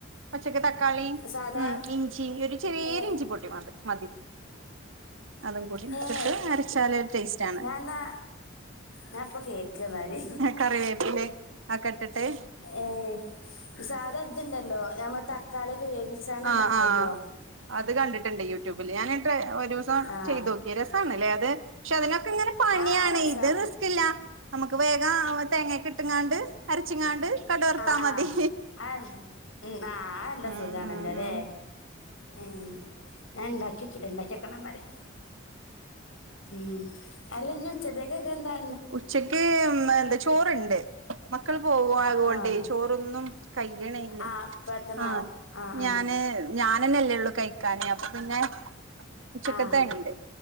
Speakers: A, on the right; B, on the left.
A: പച്ചക്ക്‌ ത ക്കളിയ്മ്
B: സാധാ
A: ഉം ഇഞ്ചിം ഒരു ചെറിയൊരു
B: ഏ
A: ഇഞ്ചി പൊടി മത് മതി അതും കൂടി ഇട്ടിട്ട്
B: ഏ
A: അരച്ചാലൊര് ടേസ്റ്റ് ആണ്
B: ഞാൻന്നാ ഞാൻ ഇപ്പൊ കേക്ക്ന്നാല്
A: കറിവേപ്പില ആക്ക്‌ ട്ട്ട്ട്
B: ഏ ഇ സാദ ത്ണ്ടല്ലോ നമ്മൾ തക്കാള്യൊക്ക വേവിച്ചാണ്ട്
A: ആഹ്
B: ണ്ടാക്കല്ലോ
A: ആഹ് അത് കണ്ടിട്ടുണ്ട് യൂട്യൂബിൽ ഞാനി ടെ ഒരു
B: ആഹ്
A: ചെയ്തൊക്കി രസണ് ല്ലേ അത് ക്ഷെ അതിനാത്ത് ങ്ങനെ പണിയാണ്
B: ആ അത് രസാ
A: ഇത് റിസ്കി ല്ല നമക്ക് വേഗ തേങ്ങക്ക ഇട്ട്ങ്ങാണ്ട് അരച്ചിങ്ങാണ്ട് കടുവർത്താ
B: ആ
A: മതി
B: ആഹ് ആ ആ ആഅല്ല
A: ഉം
B: സുഖാണല്ലോ
A: ഉം ഉം
B: ലേ ഉം ഞാൻണ്ടാക് ക്കിട്ടില്ല <unintelligible> ക്കണം ന്നാല് ഉം അല്ല ന്നി ഉച്ചത്തെക്കൊക്ക ന്താ
A: ഉച്ചക്ക് എന്താ ചോറ്ണ്ട് ക്കൾ പോവായോണ്ടേ
B: ആഹ്
A: ചോറൊന്നും കഴിയ്യ്ണ്ല്ല
B: ആഹ് പെട്ടെന്നാവും
A: ആഹ്
B: ആഹ്
A: ഞാന് ഞാനെന്നല്ലേ ള്ളൂ കൈ കാന് അപ്പ പിന്നെ ഉച്ചക്കത്തെ
B: ആഹ് ആഹ്
A: ഇണ്ട്